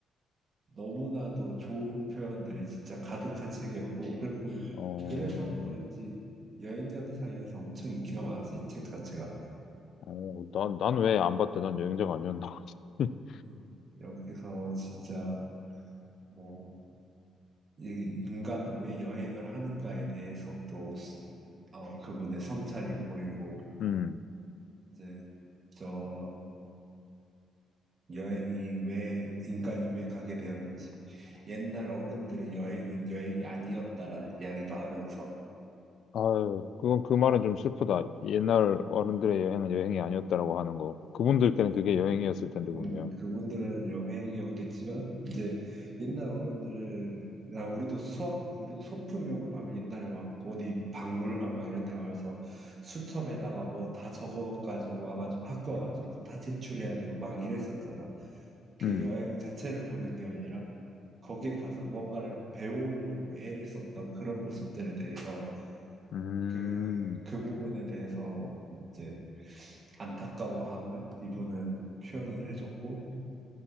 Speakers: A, on the right; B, on the left.
A: 너무나도 좋은 표현들이 진짜 가득한 책이었고, 그리고
B: 어.
A: 그래서 그런지 여행자들 사이에서 엄청 인기가 많았어, 이 책 자체가.
B: 어, 난, 난 왜 안 봤대? 난 여행자가 아니었나? <laughs>
A: 음. 여기서 진짜 뭐, 이 인간은 왜 여행을 하는가에 대해서 또, 어, 그분의 성찰이 보이고,
B: 음.
A: 이제 저 여행이 왜 인간이 왜 가게 되었는지 옛날 어른들의 여행은 여행이 아니었다라는 이야기도 하면서
B: 아유, 그건 그 말은 좀 슬프다. 옛날
A: 음,
B: 어른들의 여행은 여행이 아니었다라고 하는 거. 그분들께는
A: 네.
B: 그게 여행이었을 텐데, 분명.
A: 음, 그분들은 영향이 없겠지만 이제 옛날 어른들은 나 우리도 수학 우리도 소풍 이런 거 가면 옛날에 막 어디 박물관 막 이런 데 가면서 수첩에다가 뭐 다 적어 가지고 와가지고 학교 와가지고 그거 다 제출해야 되고 막 이랬었잖아. 그
B: 음.
A: 여행 자체를 보는 게 아니라 거기에 가서 뭔가를 배우려고 애를 썼던 그런 모습들에 대해서
B: 음.
A: 그 그 부분에 대해서 이제 안타까워함을 이분은 표현을 해줬고.